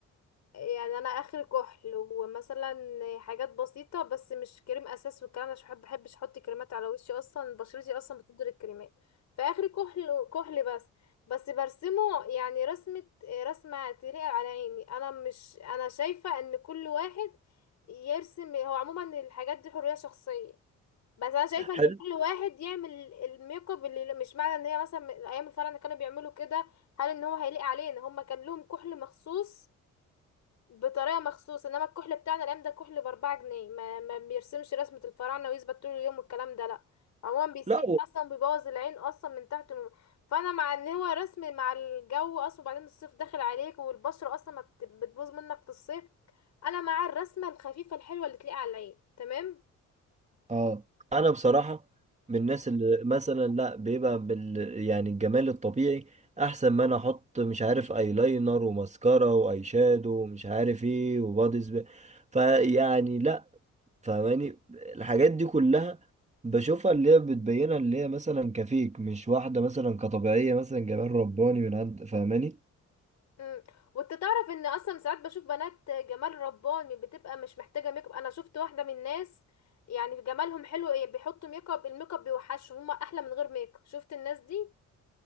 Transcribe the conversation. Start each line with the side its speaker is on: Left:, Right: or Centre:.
Left: يعني انا اخر كحل ومثلا حاجات بسيطه بس مش كريم اساس والكلام ده عشان بحب بحبش احط كريمات على وشي اصلا بشرتي اصلا بتقدر الكريمات فاخر كحل كحل بس بس برسمه يعني رسمه رسمه تليق على عيني انا مش انا شايفه ان كل واحد يرسم هو عموما الحاجات دي حريه شخصيه بس انا شايفه ان
Right: حلو
Left: كل واحد يعمل الميك اب اللي مش معنى ان هي مثلا ايام الفرح اللي كانوا بيعملوا كده هل ان هو هيليق علينا هما كان لهم كحل مخصوص بطريقه مخصوص انما الكحل بتاعنا الايام ده كحل باربعة جنيه ما, ما بيرسمش رسمه الفراعنه ويثبت طول اليوم والكلام ده لا عموما بيسيح
Right: لا
Left: اصلا بيبوظ العين اصلا من تحت ومن- فانا مع ان هو رسم مع الجو اصلا وبعدين الصيف داخل عليك والبشره اصلا ما بت- بتبوظ منك في الصيف انا مع الرسمه الخفيفه الحلوه اللي تليق على العين تمام
Right: اه انا بصراحه من الناس اللي مثلا لا بيبقى بال يعني الجمال الطبيعي احسن ما انا احط مش عارف ايلاينر وماسكارا واي شادو ومش عارف ايه وبادي سبراي فيعني لا فماني الحاجات دي كلها بشوفها اللي هي بتبينها اللي هي مثلا كفيك مش واحده مثلا كطبيعيه مثلا جمال رباني من عند فاهماني
Left: امم وانت تعرف ان اصلا ساعات بشوف بنات جمال رباني بتبقى مش محتاجه ميك اب انا شفت واحده من الناس يعني جمالهم حلو ايه بيحطوا ميك اب الميك اب بيوحشهم هما احلى من غير ميك اب شفت الناس دي